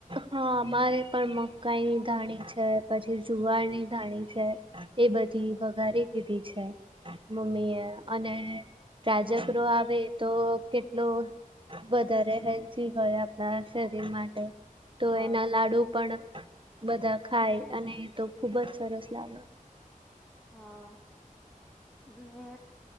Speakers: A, on the right; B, in the centre.
A: હા અમારે પણ મકાઈની ધાણી છે, પછી જુવારની ધાણી છે. એ બધી વઘારી દીધી છે. મમ્મી એ અને પ્રાજકરો આવે તો કેટલો. વધારે હેલ્ધી હોય, આપણા શરીર માટે તો
B: હા
A: એના લાડુ પણ. બધા ખાય અને તો ખુબ જ સરસ લાગે.
B: હા મે